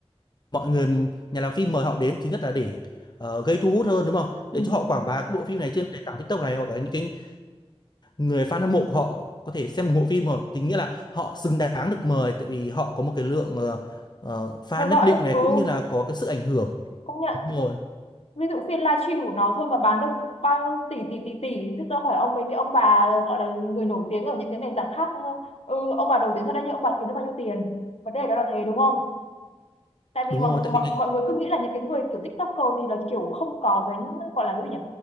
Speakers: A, on the left (about 40°); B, on the left (about 70°).
A: mọi người nhà làm phim mời họ đến thứ nhất là để ờ, gây thu hút hơn đúng không
B: ừ.
A: để cho họ quảng bá cái bộ phim này trên nền tảng TikTok này hoặc là những cái người fan hâm mộ họ có thể xem ủng hộ phim mà tính nghĩa là họ xứng đáng được mời tại vì họ có một cái lượng ờ, ờ, fan
B: theo dõi
A: nhất định này
B: ừ
A: cũng như là có cái sức ảnh hưởng
B: công nhận
A: đúng rồi
B: ví dụ phiên livestream của nó thôi mà bán được bao nhiêu tỷ tỷ tỷ tỷ thế tôi hỏi ông mấy cái ông bà gọi là người nổi tiếng ở những cái nền tảng khác ừ, ông bà nổi tiếng thật đấy nhưng ông bà kiếm được bao nhiêu tiền vấn đề đó là thế đúng không tại vì
A: đúng
B: mọi,
A: rồi tại
B: mọi,
A: vì
B: mọi người cứ nghĩ là những cái người kiểu TikToker thì là kiểu không có cái gọi là cái gì nhỉ